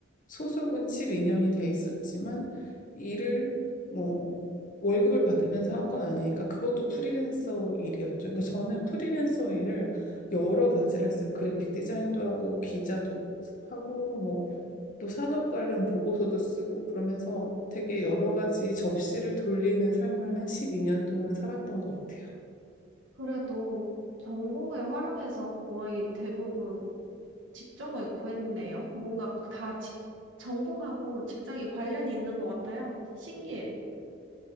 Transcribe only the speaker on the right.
그래도 전공을 활용해서 거의 대부분 직종을 구했네요. 뭔가 다 직, 전공하고 직장이 관련이 있는 것 같아요. 신기해.